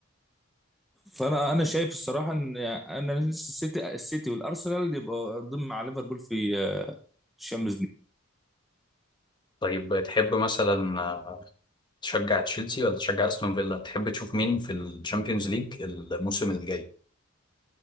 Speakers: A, in the centre; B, on the left.
A: فانا انا شايف الصراحه ان انا السيتي السيتي والارسنال يبقوا ضمن مع ليفربول في آه، الشامبيونز ليج
B: طيب تحب مثلا آه، تشجع تشيلسي ولا تشجع استون فيلا تحب تشوف مين في الشامبيونز ليج الموسم الجاي